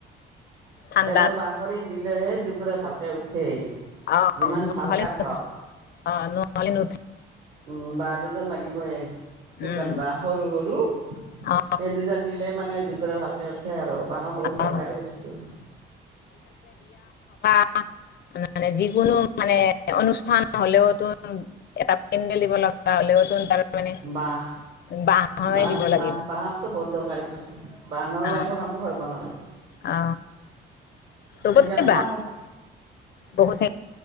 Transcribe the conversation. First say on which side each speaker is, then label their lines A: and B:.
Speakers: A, on the left (about 55°); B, on the right (about 85°).
A: ঠাণ্ডাত
B: এডাল বাহৰি দিলেহে জোকোৰে ভালকে উঠেই।
A: অ',
B: যিমান
A: নহলে
B: ভাল কাঠ
A: নু
B: হওক
A: অ', নহলে নু।
B: উম। বাহ দুডাল লাগিব। শুকান
A: উম
B: বাঁ সৰু সৰু।
A: অ
B: সেই দুজন দিলে মানে জু ভালকে উঠে আৰু বাঁহৰ বহুত
A: অ
B: দৰকাৰী বস্তু।
A: সাত। মানে যিকোনো মানে অনুষ্ঠান হলেও টো এটা পেডেল দিব লগা হলেওতু তাৰ মানে
B: বাহ
A: বাঁহৰে
B: বাঁন
A: দিব লাগিব
B: বাঁহত টো বহুত দৰকাৰী বস্তু বাঁহ নহ'লে
A: অ
B: একো কামেই কৰিব নোৱাৰি।
A: অ চবতে
B: সেইকাৰণে
A: বাহ
B: দাম হৈছে
A: বহুত